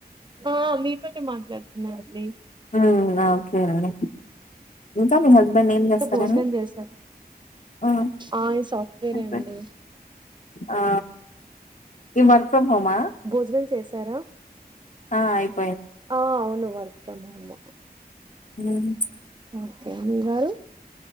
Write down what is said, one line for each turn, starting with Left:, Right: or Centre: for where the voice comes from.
Right: ఆ మీ తోటే మాట్లాడుతున్నానండి
Left: ఉమ్ ఓకే అండి ఇంకా మీ హస్బెండ్ ఏం
Right: ఇంత
Left: చేస్తారండి
Right: భోజనం చేశార్
Left: ఉమ్,
Right: ఆ ఈ సాఫ్ట్వేరే
Left: అయిపోయింది.
Right: అండి
Left: ఆ ఈ వర్క్ ఫ్రమ్ హోమా
Right: భోజనం చేశారా
Left: ఆ ఇప్
Right: ఆ అవును వర్క్ ఫ్రమ్ హోమ్
Left: హ్మ్
Right: ఓకే మీ వారు